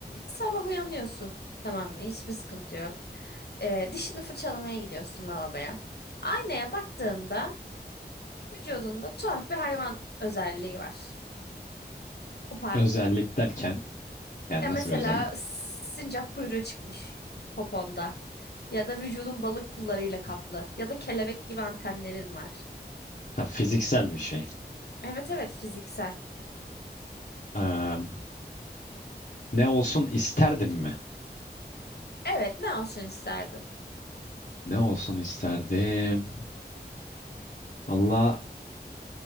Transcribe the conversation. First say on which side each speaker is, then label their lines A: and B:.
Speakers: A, on the left; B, on the left.
A: Sabah uyanıyorsun. Tamam mı? Hiçbir sıkıntı yok. Ee, dişini fırçalamaya gidiyorsun lavaboya. Aynaya baktığında vücudunda tuhaf bir hayvan özelliği var. Kopardın.
B: Özellik derken yani
A: Ya
B: nasıl
A: mesela
B: bir özellik?
A: sincap kuyruğu çıkmış poponda. Ya da vücudun balık pullarıyla kaplı. Ya da kelebek gibi antenlerin var.
B: Ha, fiziksel bir şey.
A: Evet evet fiziksel.
B: Eee, ne olsun isterdim mi?
A: Evet ne olsun isterdin?
B: Ne olsun isterdim? Valla